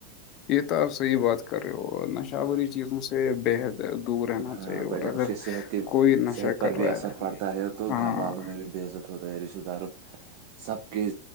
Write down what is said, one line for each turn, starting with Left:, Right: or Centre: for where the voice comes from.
Left: یہ تو آپ صحیح بات کر رہے ہو نشہوری چیزوں سے بےحد دور رہنا
Right: ہاں
Left: چاہیے
Right: بھائی
Left: اور
Right: جان
Left: اگر
Right: اس کی صحت کی
Left: کوئی نشہ
Right: صحت
Left: کر
Right: پر بھی
Left: رہا
Right: اثر پڑتا ہے تو
Left: ہاں
Right: گھر والوں میں بھی بےزت تھوتا رشتہ داروں سب کے